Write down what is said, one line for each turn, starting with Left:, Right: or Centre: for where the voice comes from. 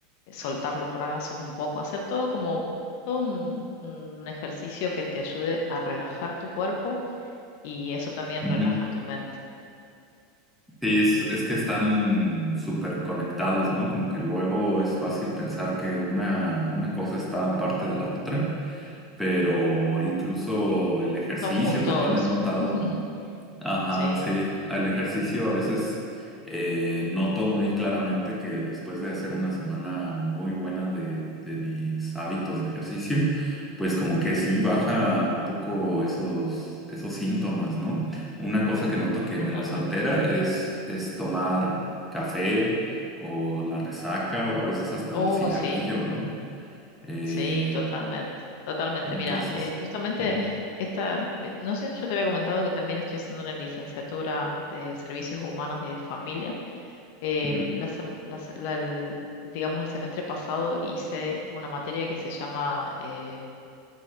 Left: eh, soltar los brazos un poco, hacer todo como todo un, un ejercicio que te ayude a relajar tu cuerpo y eso también
Centre: ujú.
Left: relaja tu mente.
Centre: Sí, es, es que están súper conectados, ¿no? Como que luego es fácil pensar que una, una cosa está aparte de la otra, pero incluso el ejercicio
Left: Somos un todo,
Centre: también he
Left: sí.
Centre: notado,
Left: <laughs>
Centre: ajá,
Left: Sí,
Centre: sí, al ejercicio a veces eh, noto muy claramente que después de hacer una semana muy buena de, de mis hábitos de ejercicio, pues como que sí baja un poco esos, esos síntomas, ¿no? Una cosa
Left: ujú,
Centre: que noto que
Left: totalmente.
Centre: me los altera es, es tomar café o la resaca o a veces hasta
Left: Uy,
Centre: el cigarrillo,
Left: sí,
Centre: ¿no? Eh,
Left: sí, totalmente, totalmente.
Centre: entonces...
Left: Mira, eh, justamente
Centre: ujú.
Left: esta, ve- no sé, yo te había comentado que también estoy haciendo una licenciatura de servicios humanos y de familia. Em,
Centre: Ujú.
Left: la sem- la se- la- el- digamos, el semestre pasado hice una materia que se llama em,